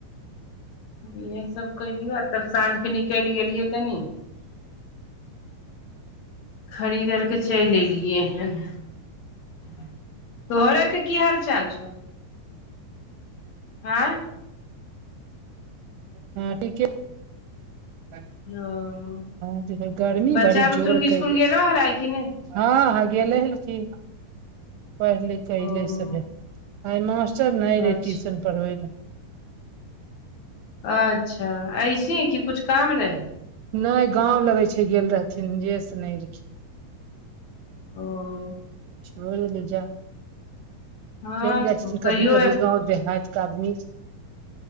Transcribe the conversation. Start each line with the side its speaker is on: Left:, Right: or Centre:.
Left: इहे सब कैलियो आ तब साँझके निकैल गेलियै तनी। खरीद और के चैल एलियै हन। तोहरे के कि हाल चाल छौ? आँ
Right: हँ ठीके- तऽ
Left: ओ
Right: कि कहै गर्मी
Left: बच्चा
Right: बड़ी
Left: बुतरुक
Right: जोर केैले
Left: स्कुल गेलो
Right: छै।
Left: हलाइ कि नहि
Right: हँ हँ गेलेै हन की पढ़ लिख के
Left: ओ
Right: एले सभे। आ मास्टर नै
Left: अच्छा
Right: रहेै ट्यूशन पड़बेै लेेए।
Left: अच्छा ऐसी की कुछ काम रहै?
Right: नै गाँंव लगै छै गेल रहथिन जेस नै एलखिन।
Left: ओ-
Right: हो गेलै जा
Left: हँ
Right: चैल जाय
Left: तो
Right: छथीन
Left: कहियो
Right: कभी -कभी गाँव देहात के आदमी छ